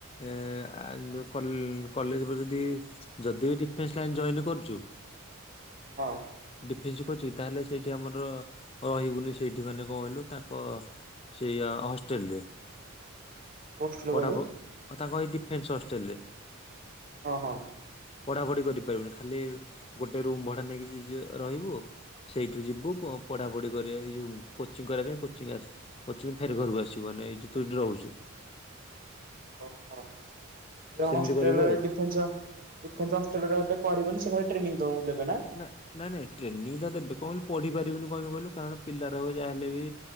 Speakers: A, on the left (about 25°); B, on the right (about 40°).
A: ଏ କଲେ କଲେଜ ଯଦି ଯଦି ବି ଡିଫେନ୍ସ ଲାଇନ୍ ଜଏନ୍ କରୁଛୁ।
B: ହଁଉଁ।
A: ଡିଫେନ୍ସ ଚିନ୍ତାତାହେଲେ ସେଇଠି ଆମର ରହିବୁନି ସେଇଠି ମାନେ କଣ କହିଲୁ ତାଙ୍କ। ସେଇଆ ହଷ୍ଟେଲ ରେ।
B: <unintelligible> କୋଉ
A: ପଢା
B: କହିଲୁ
A: ପ ତାଙ୍କଏ ଡିଫେନ୍ସ ହଷ୍ଟେଲରେ।
B: ଓହୋ।
A: ପଢାପଢି କରିପାରିବୁନି ଖାଲି ଗୋଟେ ରୁମ ଭଡା ନେଇକି ଯ ରହିବୁ। ସେଇଠୁ ଯିବୁ ପଢାପଢି କରିବା ଏଇ ଯୋଉ କୋଚିଂ କରିବା ପାଇଁ କୋଚିଂ ଆସି। କୋଚିଂ ରୁ ଫେରେ ଘରକୁ ଆସିବୁ ମାନେ ଏଇ ତୁଇ ରହୁଛୁ।
B: ଓହୋ ହେଲ
A: ସେମିତି
B: ହୋଷ୍ଟେଲ
A: କରିବୁ ଆଉ।
B: ରେଡି। ଏ ଏ ଅଷ୍ଟ୍ରେରେ ରିଲ ପଢିବନି ସେ ଟ୍ରେନିବ ଦେବେ ନା <inaudible>
A: ନାଇଁ ନାଇଁ ଟ୍ରେନିଂ ତ ଦେବେ କଣ କହିଲୁ ପଢିପାରିବେନି କଣ ପାଇଁ କହିଲୁ କାରଣ ପିଲାର ଯାହା ହେଲେ ବି